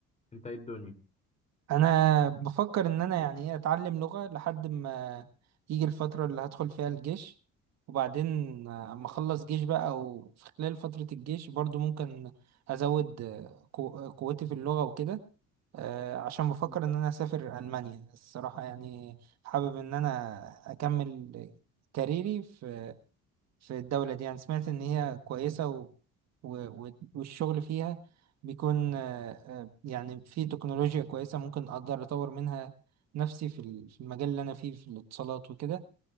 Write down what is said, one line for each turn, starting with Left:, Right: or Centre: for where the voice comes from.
Left: انت ايه الدنيا
Right: انا بفكر ان انا يعني ايه اتعلم لغة لحد ما يجي الفترة اللي هدخل فيها الجيش وبعدين آه، اما اخلص جيش بقى او في خلال فترة الجيش برضو ممكن ازود آه، قو- قوتي في اللغة وكده آه، عشان بفكر
Left: مم.
Right: ان انا اسافر المانيا الصراحه يعني حابب ان انا اكمل كاريري في في الدوله دي يعني سمعت ان هي كويسه و... و... و- والشغل فيها بيكون آه، آه، يعني في تكنولوجيا كويسه ممكن اقدر اطور منها نفسي في ال- في المجال اللي انا فيه في الاتصالات وكده